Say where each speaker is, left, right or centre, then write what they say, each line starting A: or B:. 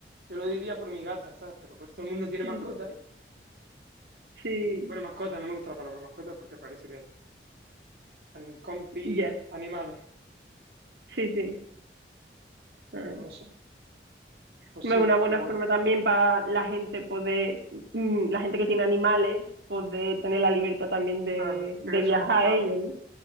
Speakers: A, on the right; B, on the right.
A: Yo lo diría por mi gata, ¿sabes? Pero pues, todo el mundo tiene
B: mm,
A: mascotas. ¿eh?
B: sí.
A: Bueno, mascota, no me gusta la palabra mascota porque parece que son compi
B: Ya,
A: animales.
B: sí, sí. Ah,
A: Pero no sé. Pues
B: Es
A: sí,
B: una
A: está
B: buena
A: guay.
B: forma también para la gente poder, mm, la gente que tiene animales, poder tener la libertad también de,
A: Claro,
B: de
A: pegarse
B: viajar
A: una escapada.
B: a ellos, ¿no?